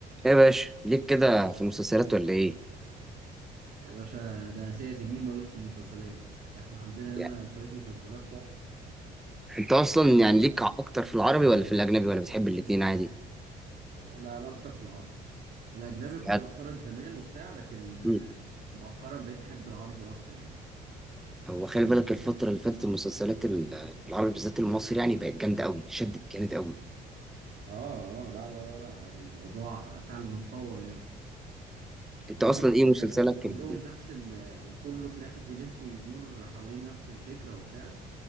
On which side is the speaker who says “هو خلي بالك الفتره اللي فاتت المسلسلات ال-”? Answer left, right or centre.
Centre